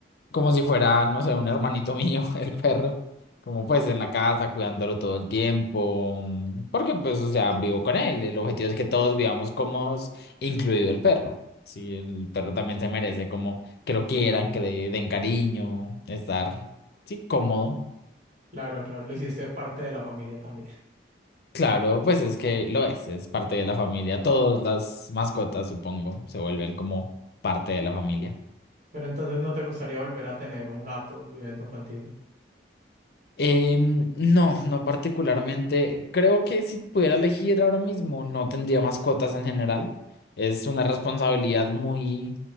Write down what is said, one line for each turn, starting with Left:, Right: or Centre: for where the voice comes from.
Left: como si fuera, no sé, un hermanito mío, <laughs> el perro, como pues en la casa, cuidándolo todo el tiempo, mm, porque pues, o sea, vivo con él, el objetivo es que todos vivamos cómodos, incluido el perro. Sí, el perro también se merece como que lo quieran, que le den cariño, estar, sí, cómodo.
Right: Claro, claro, lo hiciste parte de la familia también.
Left: Claro, pues es que lo es, es parte de la familia. Todas las mascotas, supongo, se vuelven como parte de la familia.
Right: Pero entonces no te gustaría volver a tener un gato viviendo contigo.
Left: Em, no, no particularmente. Creo que si pudiera elegir ahora mismo, no tendría mascotas en general. Es una responsabilidad muy